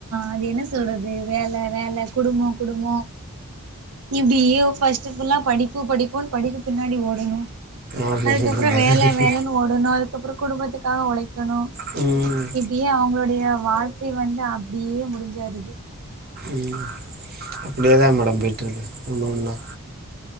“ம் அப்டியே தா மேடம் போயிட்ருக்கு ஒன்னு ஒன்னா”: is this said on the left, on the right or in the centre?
Right